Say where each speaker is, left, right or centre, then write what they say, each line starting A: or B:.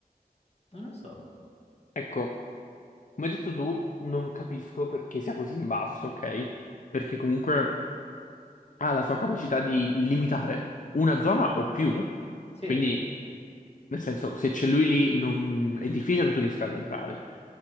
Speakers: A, on the left; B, on the left.
A: Non lo so.
B: Ecco, come hai detto tu, non capisco perché sia così in basso, ok? Perché comunque. ha la sua capacità di limitare una zona o più,
A: Sì,
B: quindi nel senso se c'è lui lì non- è difficile che tu riesca ad entrare.